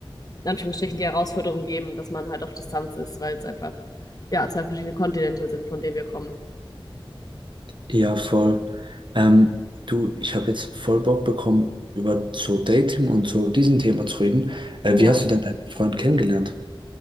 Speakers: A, on the left (about 40°); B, on the right (about 60°).
A: in Anführungsstrichen die Herausforderung geben, dass man halt auf Distanz ist, weil es einfach, ja, zwei verschiedene Kontinente sind, von denen wir kommen.
B: ja, voll. Ähm, du, ich habe jetzt voll Bock bekommen, über so Dating und so diesen Thema zu reden. Äh,
A: Ja,
B: wie hast du denn deinen Freund kennengelernt?